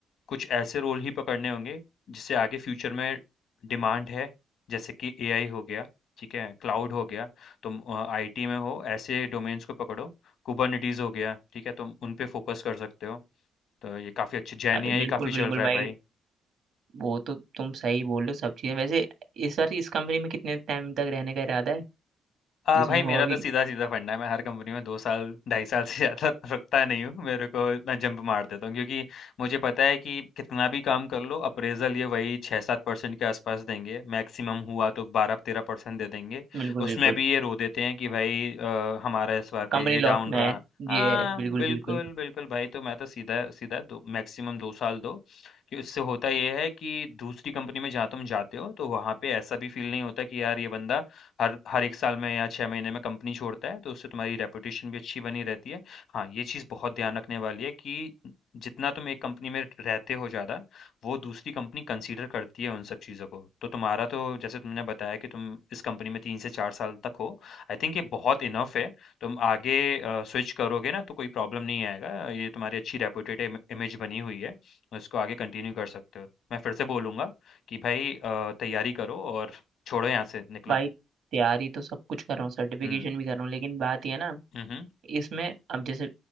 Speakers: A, on the left (about 70°); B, on the right (about 65°).
A: कुछ ऐसे रोल ही पकड़ने होंगे जिससे आगे फ्यूचर में डिमांड है जैसे कि एआई हो गया ठीक है क्लाउड हो गया तुम आईटी में हो ऐसे डोमेन्स को पकड़ो कुबरनिटीज हो गया ठीक है तुम उन पे फोकस कर सकते हो तो ये काफ़ी अच्छी जेन
B: अरे
A: एआई
B: बिल्कुल
A: काफ़ी
B: बिल्कुल
A: चल रहा
B: भाई
A: है भाई
B: वो तो तुम सही बोल रहे हो सब चीजें वैसे इस बार इस कंपनी में कितने टाइम तक रहने का इरादा है
A: आ
B: जिसमें
A: भाई
B: हो
A: मेरा
B: अभी
A: तो सीधा सीधा फंडा है मैं हर कंपनी में दो साल ढाई साल से ज़्यादा <laughs> रुकता नहीं हूँ मेरे को मैं जंप मार देता हूँ क्योंकि मुझे पता है कि कितना भी काम कर लो अप्रेजल ये वही छः सात परसेंट के आसपास देंगे मैक्सिमम हुआ तो बारह तेरह परसेंट दे देंगे
B: बिल्कुल बिल्कुल
A: उसमें भी ये रो देते हैं कि भाई अ, हमारा इस बार
B: कंपनी
A: के ये
B: लॉस
A: डाउन
B: में
A: रहा
B: है
A: हाँ
B: ये है बिल्कुल
A: बिल्कुल
B: बिल्कुल
A: बिल्कुल भाई तो मैं तो सीधा सीधा दो मैक्सिमम दो साल दो कि उससे होता यह है कि दूसरी कंपनी में जहाँ तुम जाते हो तो वहाँ पे ऐसा भी फील नहीं होता कि यार ये बंदा हर हर एक साल में या छः महीने में कंपनी छोड़ता है तो उससे तुम्हारी रेपुटेशन भी अच्छी बनी रहती है हाँ ये चीज़ बहुत ध्यान रखने वाली है कि जितना तुम एक कंपनी में रहते हो ज़्यादा वो दूसरी कंपनी कंसीडर करती है उन सब चीज़ों को तो तुम्हारा तो जैसे तुमने बताया कि तुम इस कंपनी में तीन से चार साल तक हो आई थिंक ये बहुत इनफ है तुम आगे स्विच करोगे ना तो कोई प्रॉब्लम नहीं आएगा ये तुम्हारी अच्छी रेपुटेड इमेज बनी हुई है इसको आगे कंटिन्यू कर सकते हो मैं फिर से बोलूँगा कि भाई अ, तैयारी करो और छोड़ो यहाँ से निकलो
B: भाई तैयारी तो सब कुछ कर रहा हूँ सर्टिफिकेशन
A: हम्म
B: भी कर रहा हूँ लेकिन बात ये है ना
A: हम्म
B: इसमें अब जैसे